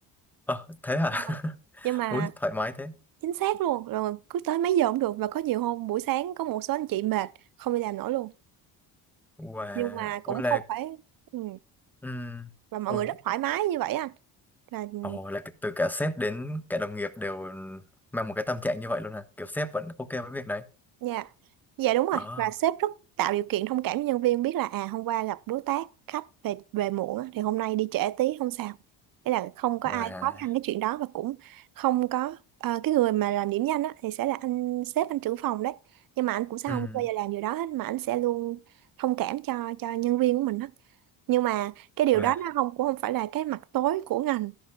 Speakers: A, in the centre; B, on the right (about 55°).
A: Ờ, thế hả?
B: Ờ.
A: <laughs>
B: nhưng mà
A: Ui, thoải mái thế.
B: chính xác luôn rồi cứ tới mấy giờ cũng được và có nhiều hôm buổi sáng có một số anh chị mệt không đi làm nổi luôn
A: Wow,
B: nhưng mà cũng
A: ôi là...
B: không phải ừ.
A: ừm,
B: và mọi
A: ôi,
B: người rất thoải mái như vậy anh là ừ,
A: ồ, là từ cả sếp đến cả đồng nghiệp đều mang một cái tâm trạng như vậy luôn à? Kiểu sếp vẫn ok với việc đấy.
B: nha dạ đúng rồi
A: Ờ,
B: và sếp rất tạo điều kiện thông cảm với nhân viên biết là à hôm qua gặp đối tác khách về về muộn á, thì hôm nay đi trễ tí không sao Thế là không có
A: wow,
B: ai khó khăn cái chuyện đó và cũng không có ờ, cái người mà làm điểm danh á, thì sẽ là anh sếp anh trưởng phòng đấy nhưng mà anh cũng sẽ
A: ừm,
B: không bao giờ làm điều đó hết mà anh sẽ luôn thông cảm cho cho nhân viên của mình đó nhưng mà cái điều
A: wow,
B: đó nó không cũng không phải là cái mặt tối của ngành